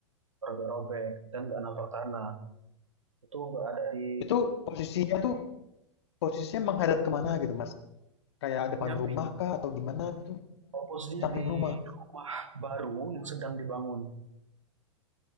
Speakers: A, on the right; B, on the left.
A: robek-robek, dan nggak napak tanah. itu berada di
B: Itu posisinya tuh posisinya menghadap kemana gitu Mas? Kayak depan
A: Nyampi.
B: rumah kah atau gimana gitu?
A: posnya
B: Samping
A: di
B: rumah.
A: rumah baru yang sedang dibangun.